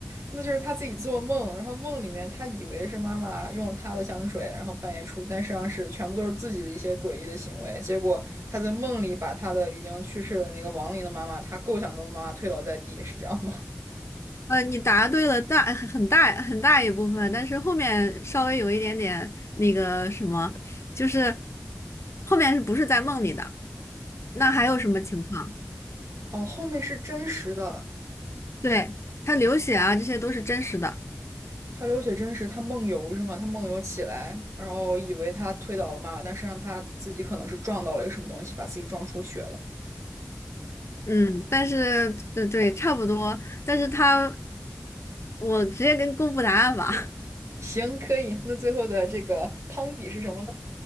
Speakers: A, on the right; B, on the left.
A: 那就是他自己做梦，然后梦里面他以为是妈妈用了他的香水，然后半夜出去，但实际上是全部都是自己的一些诡异的行为。结果他在梦里把他的已经去世的那个亡灵的妈妈，他构想中的妈妈推倒在地，是这样吗？
B: 呃，你答对了大很大很大一部分，但是后面稍微有一点点那个什么，就是后面是不是在梦里的？那还有什么情况？
A: 哦，后面是真实的，
B: 对，他流血啊，这些都是真实的。
A: 他流血真实，他梦游是吗？他梦游起来，然后以为他推倒了妈妈，但实际上他自己可能是撞到了一个什么东西，把自己撞出血了。
B: 嗯，但是对对，差不多。但是他，我直接跟公布答案吧。<laughs>
A: 行，可以。那最后的这个汤底是什么呢？